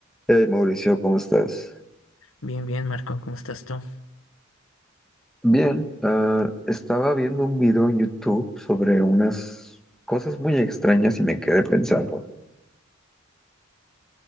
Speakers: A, in the centre; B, on the left.
A: Hey Mauricio, ¿cómo estás?
B: Bien, bien, Marco, ¿cómo estás tú?
A: Bien, ah, estaba viendo un video en YouTube sobre unas cosas muy extrañas y me quedé pensando.